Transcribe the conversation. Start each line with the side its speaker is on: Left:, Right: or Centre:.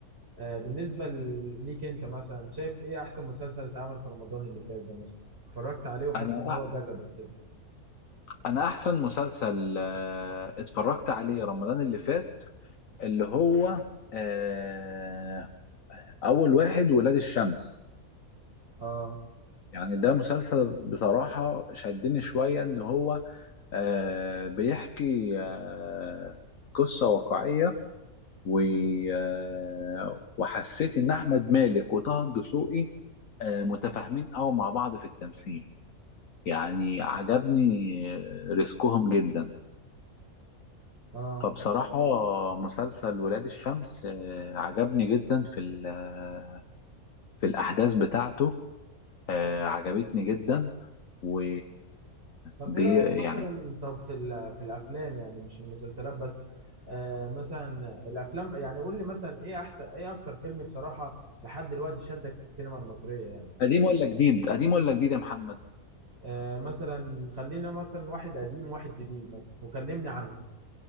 Right: آه، بالنسبه ليك انت مثلا شايف ايه احسن مسلسل اتعمل في رمضان اللي فات ده مثلا اتفرجت عليه وحاسس
Left: انا
Right: ان هو جذبك كده
Left: انا احسن مسلسل آه، اتفرجت عليه رمضان اللي فات اللي هو آه، اول واحد ولاد الشمس
Right: اه
Left: يعني ده مسلسل بصراحة شدني شوية ان هو آه، بيحكي آه، قصة واقعية و- آه، وحسيت ان احمد مالك وطه الدسوقي آه، متفاهمين قوي مع بعض في التمثيل يعني عجبني آه، ريسكهم جدا
Right: اه
Left: فبصراحة مسلسل ولاد الشمس آه، عجبني جدا في ال- آه، في الأحداث بتاعته آه، عجبتني جدا و
Right: طب
Left: بي-
Right: ايه رأيك مثلا
Left: يعني
Right: طب في ال- في الافلام يعني مش المسلسلات بس آه مثلا الافلام يعني قول لي مثلا ايه احسن ايه اكتر فيلم بصراحة لحد دلوقتي شدك في السينما المصرية يعني
Left: قديم ولا جديد قديم ولا جديد يا محمد
Right: آه مثلا خلينا مثلا واحد قديم واحد جديد مثلا وكلمني عنهم